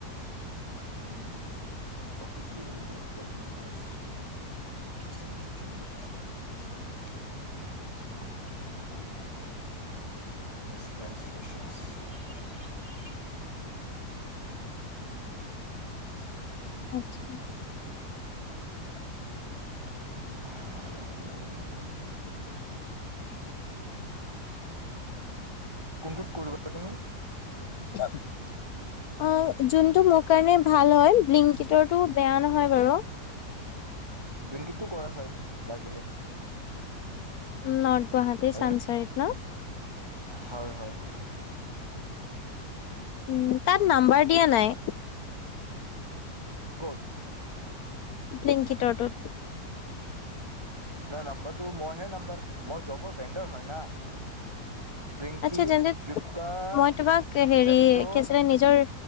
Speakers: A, on the right; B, on the left.
A: নি <unintelligible>
B: আচ্ছা।
A: <inaudible> কোনটোত কৰিবা তুমি?
B: অ', যোনটো মোৰ কাৰণে ভাল হয়, ব্লিংকটৰটো বেয়া নহয় বাৰু। <unintelligible>
A: ব্লিংকটটু কৰা চ লাগিলে।
B: উম <unintelligible> ন গুৱাহাটী
A: লাগিলে
B: চানচাৰীত ন?
A: হয়, হয়, হয়।
B: উম, তাত নাম্বাৰ দিয়া নাই।
A: ক'ত?
B: ব্লিংকটৰ টোত।
A: ন নাম্বাৰটো মই হে নাম্বাৰ মোৰ জবৰ ভেণ্ডাৰ হয়, না। ব্লিংকিত
B: আচছা, তেন্তে
A: ফ্লিপকাৰ্ট
B: মই তোমাক হেৰি
A: জেপট'
B: ছিল <unintelligible> নিজৰ